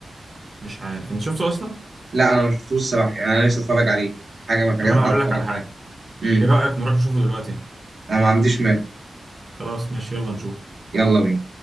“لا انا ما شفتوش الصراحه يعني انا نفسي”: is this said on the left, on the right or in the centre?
Right